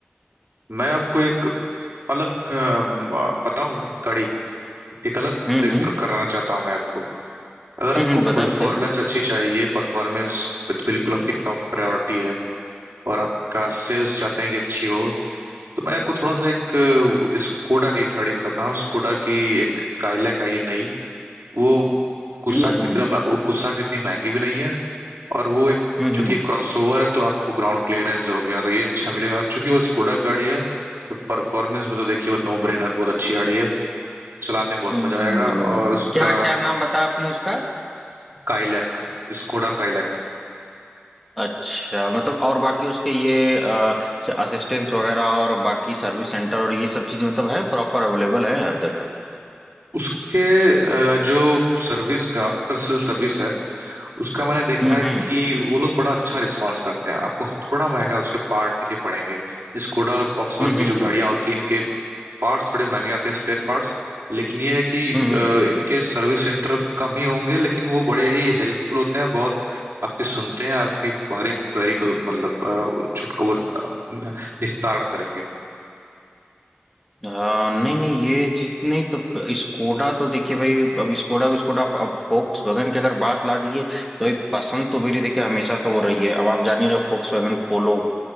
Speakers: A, on the right; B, in the centre.
A: मैं आपको एक अलग अ, म- बताऊं गाड़ी एक अलग
B: हम्म
A: प्रीफर
B: हम्म
A: कराना चाहता हूं मैं आपको अगर आपको
B: हम्म हम्म, बताइए
A: परफॉर्मेंस
B: बताइए
A: अच्छी चाहिए परफॉर्मेंस बिल्कुल आपकी टॉप प्रायोरिटी है और आपका सेल्स चाहते हैं कि अच्छी हो तो मैं आपको थोड़ा सा एक अ, स्कोडा की एक गाड़ी बताता हूँ स्कोडा की एक काइलैक आई है नई वो कुसाक
B: हम्म हम्म
A: कितना
B: हम्म
A: वो कुसाक जितनी महंगी भी नहीं है और वो एक
B: हम्म
A: चूंकि
B: हम्म, हम्म, हम्म,
A: क्रॉसओवर है तो आपको ग्राउंड क्लियरेंस हो गया तो ये अच्छा मिलेगा और चूंकि वो स्कोडा गाड़ी है तो परफॉर्मेंस में तो देखिए वो नो ब्रेनर बहुत अच्छी गाड़ी है चलाने में बहुत
B: हम्म,
A: मजा
B: हम्म,
A: आएगा
B: हम्म, हम्म, हम्म, हम्म,
A: और
B: हम्म, हम्म,
A: उसका
B: क्या क्या नाम बताया आपने उसका
A: काइलैक स्कोडा काइलैक
B: अच्छा मतलब और बाकी उसके ये असिस्टेंस वगैरह और बाकी सर्विस सेंटर और ये सब चीजें मतलब है प्रॉपर अवेलेबल है हर जगह
A: उसके अ, जो सर्विस का आफ्टर सेल सर्विस है उसका मैंने देखा
B: हम्म
A: है
B: हम्म
A: कि वो लोग बड़ा अच्छा रिस्पॉन्स करते हैं आपको थोड़ा महंगा उसके पार्ट दिखे पड़ेंगे स्कोडा और फॉक्सवैगन
B: हम्म
A: की जो गाड़ियां
B: हम्म
A: होती हैं इनके पार्ट्स थोड़े महंगे आते हैं स्पेयर पार्ट्स लेकिन ये है कि अ,
B: हम्म हम्म,
A: इनके सर्विस सेंटर कम ही होंगे लेकिन वो बड़े ही हेल्पफुल होते हैं बहुत आपकी सुनते हैं आपकी हर एक क्वेरी को मतलब अ, छुटका वो अ, न- निस्तारण करेंगे
B: हाँ नहीं नहीं ये चीज नहीं तो स्कोडा तो देखिए भाई अब स्कोडा विस्कोडा अब अब वैगन की अगर बात ला दीजिए तो भाई पसंद तो मेरी देखिए हमेशा से हो रही है अब आप जान ही रहे फोक्स वैगन पोलो